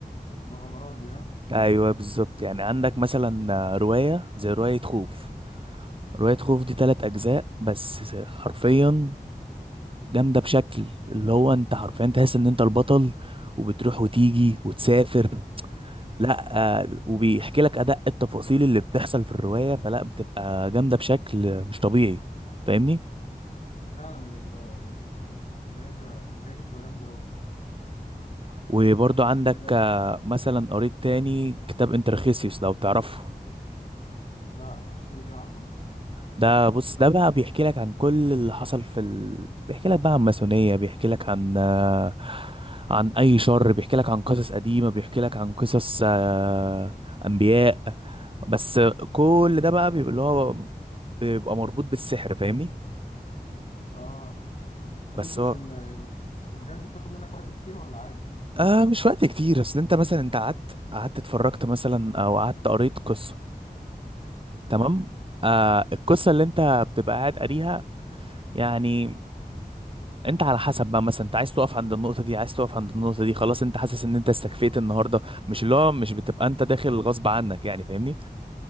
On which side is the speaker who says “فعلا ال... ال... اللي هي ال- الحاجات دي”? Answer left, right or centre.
Left